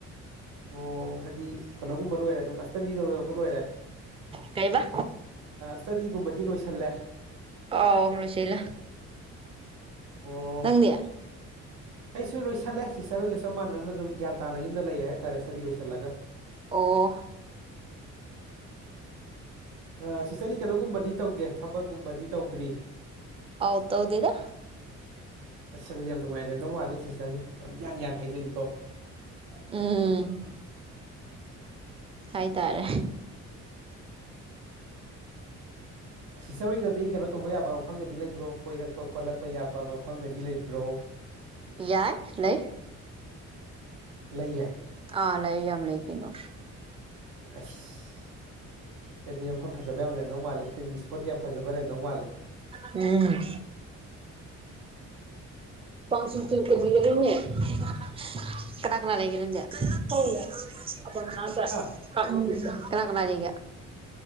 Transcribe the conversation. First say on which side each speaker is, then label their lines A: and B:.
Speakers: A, on the right; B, on the right.
A: ꯑꯣ ꯍꯥꯏꯗꯤ ꯀꯩꯅꯣꯒꯨꯝꯕ ꯂꯣꯏꯔꯦ ꯑꯗꯨꯝ ꯑꯁꯇꯗꯤꯗ ꯂꯣꯏꯔꯦ
B: ꯀꯩꯕ
A: ꯁ꯭ꯇꯗꯤꯒꯨꯝꯕꯗꯤ ꯂꯣꯏꯁꯜꯂꯦ
B: ꯑꯣ ꯁꯤꯂ
A: ꯑꯣ
B: ꯅꯪꯗꯦ
A: ꯑꯩꯁꯨ ꯂꯣꯏꯁꯤꯜꯂꯦ ꯁꯤꯤꯁꯆꯔꯒ ꯆꯞ ꯃꯅ ꯑꯗꯨꯝ ꯒ꯭ꯌꯥꯟ ꯇꯥ ꯌꯗ ꯂꯩꯔꯦ ꯍꯥꯏꯇꯥꯔꯦ ꯁ꯭ꯇꯗꯤ ꯂꯣꯏꯁꯤꯜꯂꯒ
B: ꯑꯣ
A: ꯑꯥ ꯁꯤꯁꯇꯔꯗꯤ ꯀꯩꯅꯣꯒꯨꯝꯕꯗꯤ ꯇꯧꯗꯦ ꯊꯕꯛꯀꯨꯝꯕꯗꯤ ꯇꯧꯗ꯭ꯔꯤ
B: ꯑꯥꯎ ꯇꯧꯗꯦꯗ
A: ꯑꯁ ꯑꯗꯨꯗꯤ ꯌꯥꯝ ꯅꯨꯡꯉꯥꯏꯅ ꯂꯩꯔꯝꯗꯧ ꯃꯥꯜꯂꯤ ꯁꯤꯁꯇꯔꯖꯦ ꯌꯥꯝ ꯏꯌꯥꯡ ꯌꯥꯡ ꯍꯥꯏꯗꯣꯛꯏꯀꯣ
B: ꯎꯝ ꯍꯥꯏꯇꯥꯔꯦ
A: ꯁꯤꯁꯇꯔ ꯍꯣꯏꯒꯗꯤ ꯀꯩꯅꯣ ꯇꯧꯕ ꯌꯥꯕ ꯃꯐꯝꯒꯗꯤ ꯂꯩꯕ꯭ꯔꯣ ꯀꯣꯏꯔꯛꯄ ꯈꯣꯠꯂꯛꯄ ꯌꯥꯕ ꯃꯐꯝꯒꯗꯤ ꯂꯩꯕ꯭ꯔꯣ <inaudible>
B: ꯌꯥꯏ ꯂꯩ
A: ꯂꯩꯌꯦ
B: ꯑꯥ ꯂꯩ ꯌꯥꯝ ꯂꯩ ꯀꯩꯅꯣ
A: ꯑꯩꯁ ꯁꯤꯗꯗꯤ ꯃꯐꯝ ꯐꯖꯕ ꯌꯥꯝ ꯂꯩꯔꯝꯗꯧ ꯃꯥꯜꯂꯤ ꯄꯤꯛꯅꯤꯛ ꯏꯁꯄꯣꯠꯀ ꯌꯥꯝ ꯐꯖꯕ ꯂꯩꯔꯝꯗꯧ ꯃꯥꯜꯂꯦ
B: ꯎꯝ <unintelligible> ꯀꯅꯥ ꯀꯅꯥ ꯂꯩꯒꯦ ꯅꯪꯗꯤ <unintelligible> <unintelligible>
A: ꯍꯥ
B: ꯀꯅꯥꯥ ꯀꯅꯥ ꯂꯩꯒꯦ